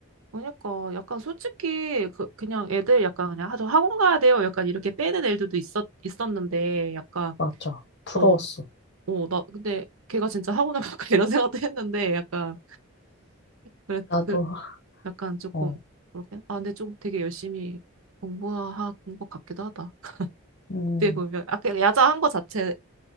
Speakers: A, on the right; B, on the left.
A: 그러니까 약간 솔직히 그 그냥 애들 약간 그냥 아저 학원 가야 돼요. 약간 이렇게 빼는 애들도 있었 있었는데 약간
B: 맞아. 부러웠어.
A: 어, 어, 나 근데 걔가 진짜 학원을 갈까 <laughs> 이런 생각도 했는데 약간 그래
B: 나도,
A: 그 약간 조금
B: 어,
A: 그렇게 아 근데 좀 되게 열심히 공부한 것 같기도 하다. <laughs>
B: 음.
A: 그때 보면 아그 야자한 거 자체가